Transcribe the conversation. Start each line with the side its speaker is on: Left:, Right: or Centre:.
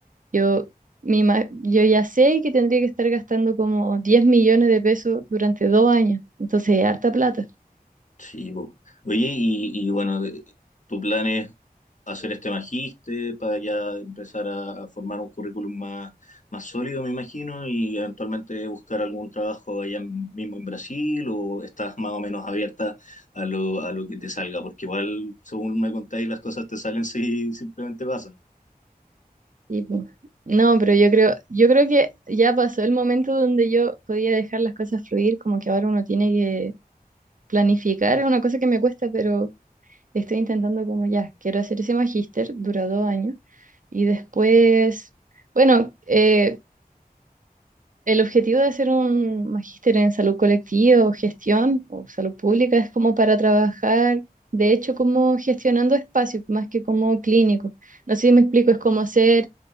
Right: yo, mi ma- yo ya sé que tendría que estar gastando como 10 millones de pesos durante dos años, entonces es harta plata.
Left: Sí, po. Oye, y, y bueno, de- tu plan es hacer este magíster, para ya empezar a, a formar un currículum más, más sólido, me imagino, y eventualmente buscar algún trabajo allá en- mismo en Brasil, o estás más o menos abierta a lo, a lo que te salga, porque igual, según me contáis, las cosas te salen si simplemente pasan.
Right: Y pues, no, pero yo creo, yo creo que ya pasó el momento donde yo podía dejar las cosas fluir, como que ahora uno tiene que planificar, es una cosa que me cuesta, pero Estoy intentando como ya, quiero hacer ese magíster, dura dos años, y después, bueno, eh, el objetivo de hacer un magíster en salud colectiva o gestión o salud pública es como para trabajar, de hecho, como gestionando espacios, más que como clínico. No sé si me explico, es como ser